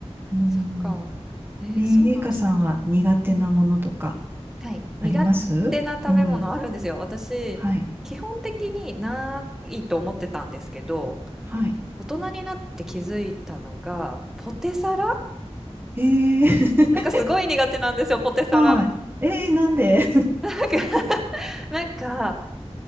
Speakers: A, on the right; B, in the centre.
A: う。うん。
B: そっか。えー、
A: ええゆいかさんは苦手なものとか
B: そうなんですね。うん。はい。
A: ありますうん。
B: 苦手な食べ物あるんですよ。私、
A: はい。
B: 基本的にないと思ってたんですけど、
A: はい。
B: 大人になって気づいたのが、ポテサラ
A: ええ
B: なんかすごい苦手なんですよ、ポテサラ。
A: <laughs> はい。ええなんで
B: なんか、なんか、